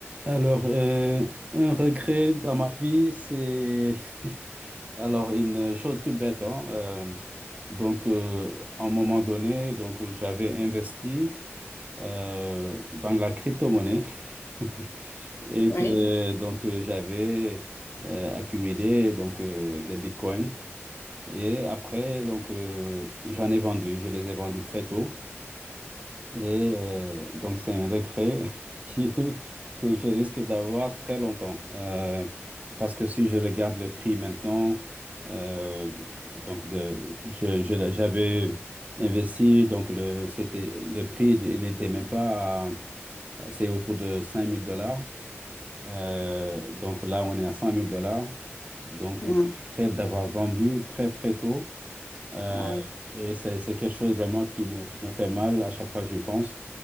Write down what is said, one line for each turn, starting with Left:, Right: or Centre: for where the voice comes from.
Right: Alors, euh, un regret dans ma vie, c'est <laughs> alors une chose toute bête, hein, euh, donc, euh, à un moment donné, donc j'avais investi euh, dans la crypto-monnaie <laughs> et
Left: Oui.
Right: que donc euh, j'avais euh, accumulé donc euh, des bitcoins et après donc euh, j'en ai vendu, je les ai vendus très tôt. Et euh, donc, c'est un regret <laughs> qui- que je risque d'avoir très longtemps. Euh, parce que si je regarde le prix maintenant, euh, donc de, je, je- j'avais investi, donc le, c'était, le prix, il n'était même pas, à- euh, c'est autour de cinq mille dollars. Euh, donc là, on est à cent mille dollars. Donc,
Left: Mhm.
Right: je regrette d'avoir vendu très, très tôt. Euh,
Left: Ah oui.
Right: et c'est c'est quelque chose vraiment qui me, qui me fait mal à chaque fois que j'y pense.